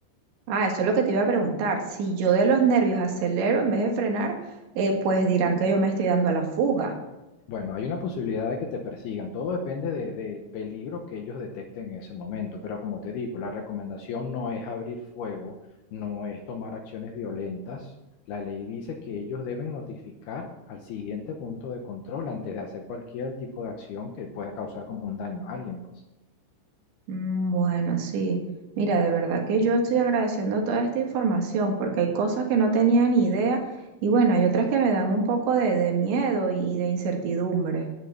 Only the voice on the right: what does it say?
Ah, eso es lo que te iba a preguntar. Si yo de los nervios acelero en vez de frenar, eh, pues dirán que yo me estoy dando a la fuga.
Mm, Bueno, sí. Mira, de verdad que yo estoy agradeciendo toda esta información porque hay cosas que no tenía ni idea y bueno, hay otras que me dan un poco de, de miedo y de incertidumbre.